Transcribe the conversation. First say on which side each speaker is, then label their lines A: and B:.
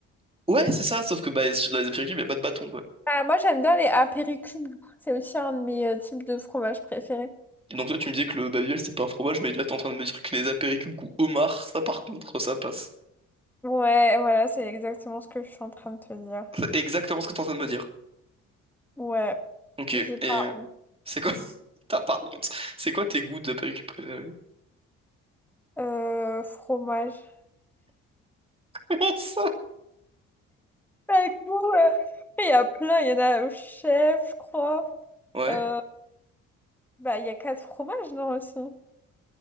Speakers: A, on the right (about 15°); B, in the centre.
A: Ouais, c'est ça, sauf que bah, sur- dans les apéricubes, il n'y a pas de bâton, quoi.
B: Ah, moi, j'aime bien les apéricubes. C'est aussi un de mes euh, types de fromage préférés.
A: Et donc, toi, tu me disais que le babiol, c'est pas un fromage, mais là, t'es en train de me dire que les apéricubes goût homard, ça, par contre, ça passe.
B: Ouais, voilà, c'est exactement ce que je suis en train de te dire.
A: C'est exactement ce que t'es en train de me dire.
B: Ouais,
A: Ok, et
B: j'ai pas
A: euh,
B: honte.
A: c'est quoi... <laughs> T'as pas honte. C'est quoi tes goûts d'apéricubes préférés?
B: Euh, fromage.
A: <laughs> Comment ça?
B: Bah, écoute, euh, il y a plein, il y en a au chef, je crois.
A: Ouais.
B: Euh, bah, il y a quatre fromages, non, aussi.